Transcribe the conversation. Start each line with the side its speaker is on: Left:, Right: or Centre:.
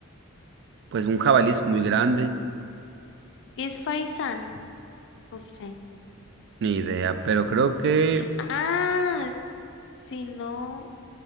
Right: Pues un jabalí es muy grande.
Left: ¿Qué es Faisán? No sé.
Right: Ni idea. Pero creo que.
Left: Ah, si no,